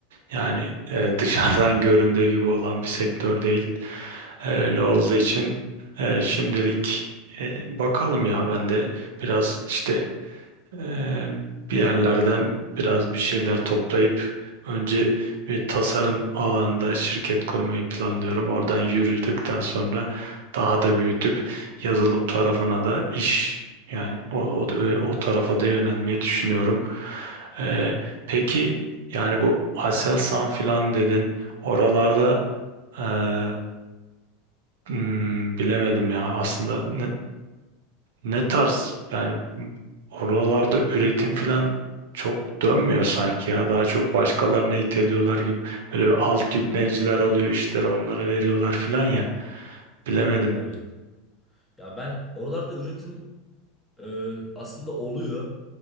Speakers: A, on the right; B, in the centre.
A: Yani e, dışarıdan <laughs> göründüğü gibi olan bir sektör değil. E, öyle
B: <laughs>
A: olduğu için e, şimdilik e, bakalım ya ben de biraz işte Eee, bir yerlerden biraz bir şeyler toplayıp önce bir tasarım alanında şirket kurmayı planlıyorum. Oradan yürüdükten sonra daha da büyütüp yazılım tarafına da iş yani o, o, o tarafa da yönelmeyi düşünüyorum. Eee, peki yani bu Aselsan filan dedin oralarda eee, hmm, bilemedim ya aslında ne ne tarz yani oralarda üretim falan çok dönmüyor sanki ya. Daha çok başkalarına iteliyorlar gibi. Böyle bir alt yükleniciler oluyor işleri onlara veriyorlar falan ya. Bilemedim.
B: Evet. Ya ben oralarda üretim Ee, aslında oluyor.